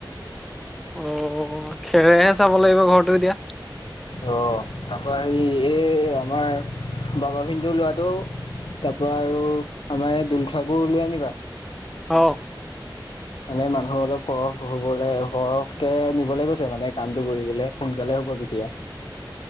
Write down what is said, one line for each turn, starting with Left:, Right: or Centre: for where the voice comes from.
Centre: অ' খেৰেহে চাব লাগিব ঘৰটো এতিয়া।
Left: অ' তাৰপৰা সে এই আমাৰ বাবা <unintelligible> ল'ৰাটো তাৰ পৰা আৰু আমাৰ এই দলখোৱাকো লৈ আনিবা।
Centre: অ'।
Left: মানে মানুহ অলপ সৰহ হবলৈ সৰহকে নিবলৈ কৈছে মানে কামটো কৰিবলে সোনকালে হ'ব তেতিয়া।